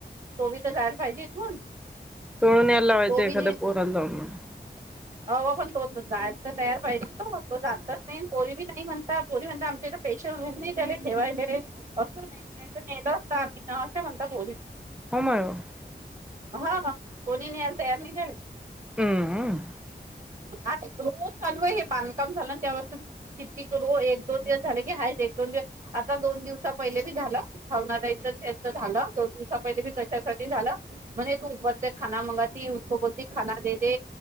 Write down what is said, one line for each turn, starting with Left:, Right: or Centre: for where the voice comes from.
Right: तो बी तर जाला पाहिजे कोण <unintelligible>
Centre: तोडून यायला लावायचं
Right: तो बी
Centre: एखाद्या
Right: <inaudible>
Centre: पोराला जाऊन
Right: आपण <unintelligible> तो त जायला तयार पाहिजे ना तो जातच नाही <unintelligible> पोरी नाही म्हणता पोरी म्हणता आमच्याईथ पेशल रूम नाही तेला ठेवायला अस नाही नाही तर नेल ह ना अस म्हणता बोलरच <unintelligible>
Centre: हो मार <unintelligible>
Right: हा हा कोणी न्यायाला तयार नाही तेला.
Centre: हम्म.
Right: आ रोज चालू आहे हे बांधकाम झालं तेासून किती रो एक दोन दिवस झाले की हा <unintelligible> आता दोन दिवसा पहिले झाला भाव झा दोन दिवसा पहिली <unintelligible> <unintelligible> म त पर ते खा मंगाी उको बोलती खा दे दे